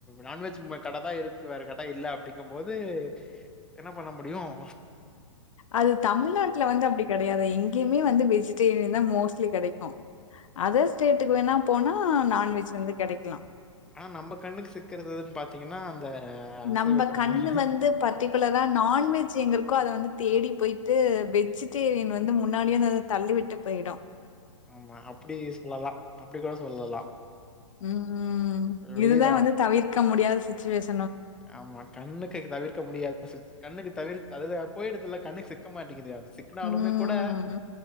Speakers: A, in the centre; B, on the left.
A: நான்வெஜ் கடை தான் இருக்கு வேற கடை இல்ல அப்படிங்கும் போது என்ன பண்ண முடியும்
B: அது தமிழ்நாட்டுல வந்து அப்படி கிடையாது எங்கேயுமே வந்து வெஜிடேரியன் தான் மோஸ்ட்லி கிடைக்கும் அதர் ஸ்டேட்டுக்கு வேணா போனா நான்வெஜ் வந்து கிடைக்கலாம்
A: ஆனா நம்ம கண்ணுக்கு சிக்கறதுதுன்னு பாத்தீங்கன்னா அந்த அசைவ
B: நம்ம
A: கடை
B: கண்ணு
A: தானே.
B: வந்து பர்டிகுலரா நான்வெஜ் எங்க இருக்கோ அதை வந்து தேடி போயிட்டு வெஜ்ஜு வந்து முன்னாலேும் அதை தள்ளிவிட்டு போயிடும்
A: ஆமா அப்படி சொல்லலாம் அப்படி கூட சொல்லலாம்
B: உம் இதுதான்
A: வெளியில
B: வந்து தவிர்க்க முடியாது <inaudible>
A: ஆமா கண்ணுக்கு தவிர்க்க முடியாது கண்ணுக்கு தவிடு தவிதா போய்டுதுல்ல கண்ணுக் சிக்க மாட்டகி டே அது சிக்னாலுமே
B: ம்
A: கூட